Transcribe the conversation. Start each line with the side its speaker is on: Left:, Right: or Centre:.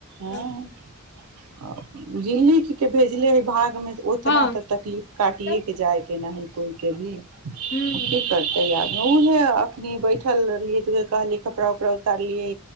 Left: तब
Right: अ जे लिख के भेज द वि भाग मे ओतना
Left: हँ
Right: तऽ तकलीफ काटिएके
Left: तऽ
Right: जाइके न है कोइके भी
Left: ह
Right: की करतै यार उहे अखनी बैठल रहलै त उहे कहलि कपड़ा उपड़ा उतारलिये